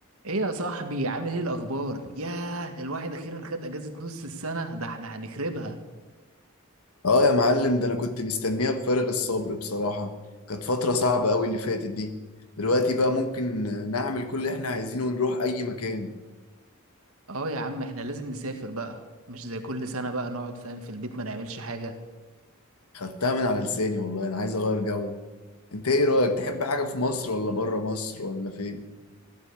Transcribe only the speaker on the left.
اه يا معلم ده انا كنت مستنيها بفارغ الصبر بصراحة كانت فترة صعبة قوي اللي فاتت دي دلوقتي بقى ممكن نعمل كل اللي احنا عايزينه ونروح اي مكان
خدتها من على لساني والله انا عايز اغير جو انت ايه رأيك تحب حاجة في مصر ولا بره مصر ولا فين